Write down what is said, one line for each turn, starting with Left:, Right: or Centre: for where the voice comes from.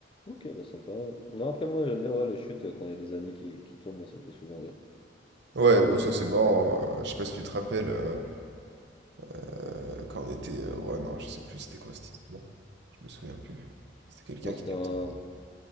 Left: Ok, bah sympa. Non, après moi j'aime bien ouais, la chute euh, quand il y a des amis qui, qui tombent, moi ça me fait souvent rire.
Right: Ouais, oh, ça c'est marrant. euh, je sais pas si tu te rappelles. euh, Euh, quand on était. euh, ouais, non, je sais plus c'était quoi cette histoire. Je me souviens plus. C'était quelqu'un
Left: Moi
Right: qui
Left: c'était
Right: était
Left: un,
Right: tombé.